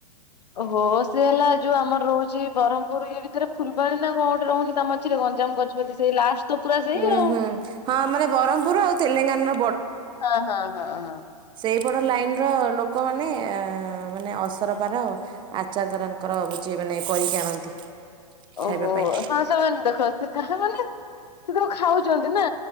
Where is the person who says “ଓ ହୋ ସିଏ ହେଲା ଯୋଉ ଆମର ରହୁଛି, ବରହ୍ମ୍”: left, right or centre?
Left